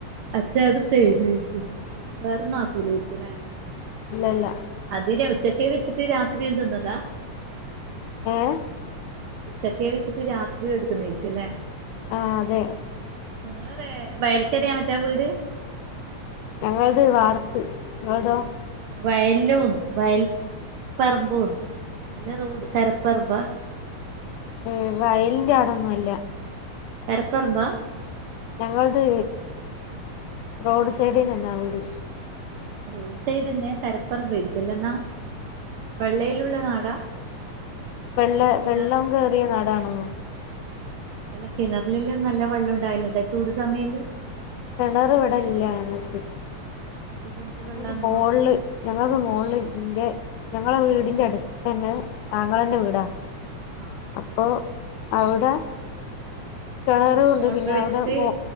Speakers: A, on the right; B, on the left.
A: അഛ അത് തേരുരിക്കും വേറെന്നും ആക്കൂലെരിക്കലേ
B: ഇല്ലല്ല
A: അത് ഉച്ചക്കെ വെച്ചിട്ട് രാത്രി തിന്നതാ
B: ഏ
A: ഉച്ചക്കെ വെച്ചിട്ട് രാത്രില് എടുക്കുന്നേരിക്കല്ലേ
B: ആഹ് അതെ
A: നിങ്ങളുടെ വയൽക്കരയാ മറ്റേ വീട്.
B: ഞങ്ങളത് വാർത് നിങ്ങളതൊ
A: <unintelligible>
B: ഉം വയലിൻ്റെ അവിടൊന്നുമല്ല
A: കരപ്പറമ്പ
B: ഞങ്ങളുടെ റോഡ് സൈഡി തന്നാ ഇവിടെ
A: റോസ്റ്റ് ചെയ്ത് തിന്ന കരപ്പറമ്പേക്കല്ലോ ന്നാ വെള്ളയിലുള്ള നാടാ
B: വെള്ള
A: കിണർ
B: വെള്ളം കേറിയ നടാണോ
A: അല്ല കിണറിലിലും നല്ല വെള്ളം ഉണ്ടായില്ലണ്ടാ ചൂട് സമയയിലും
B: കെണർ ഇവിടല്ല ഞങ്ങൾക്ക്
A: പിന്നെ എന്ത്
B: ങ്ങക്ക്
A: വെള്ളാന്നോ
B: മോളില് ഞങ്ങൾക്ക് മോലിന്റെ ഞങ്ങളെ വീടിന്റെറെ അടുത്ത് തന്നെ ആങ്ങളൻ്റെ വീടാ
A: ആഹ
B: പ്പോ അവിടെ <unintelligible> പിന്നെ
A: മോട്ടർ വെച്ചിട്ട്
B: അവിടെ മോ